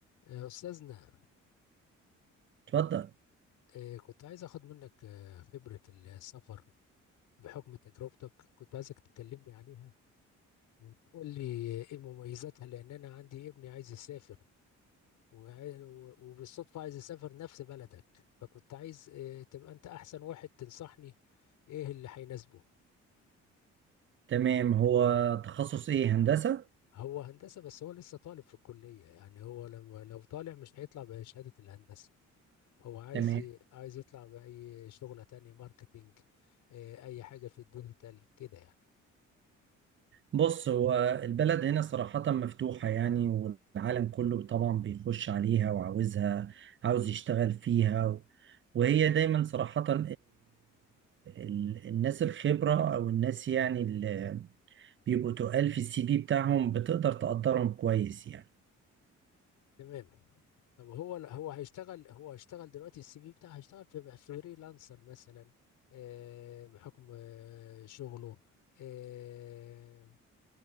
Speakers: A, on the left; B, on the right.
A: آه، أستاذنا
B: اتفضل
A: آه، كنت عايز أخد منك آه، خبرة السفر بحكم تجربتك كنت عايزك تكلمني عليها وتقول لي إيه مميزاتها لأن أنا عندي ابني عايز يسافر وعاي- و- وبالصدفة عايز يسافر نفس بلدك فكنت عايز آه، تبقى أنت أحسن واحد تنصحني إيه اللي هيناسبه
B: تمام هو تخصص ايه هندسة
A: هو هندسة بس هو لسه طالب في الكلية يعني هو لما لو طالع مش هيطلع بشهادة الهندسة هو عايز
B: تمام
A: ي- عايز يطلع بأي شغلة تانية ماركتينج آه، أي حاجة في الديجيتال كده يعني
B: بص هو البلد هنا صراحة مفتوحة يعني والعالم كله طبعا بيخش عليها وعاوزها عاوز يشتغل فيها و- وهي دايما صراحة آه، ال- الناس الخبرة او الناس يعني اللي بيبقوا تقال في السي في بتاعهم بتقدر تقدرهم كويس يعني
A: تمام طب هو هو هيشتغل هو هيشتغل دلوقتي السي في بتاعه هيشتغل في فريلانسر مثلا آه، بحكم آه، شغله آه،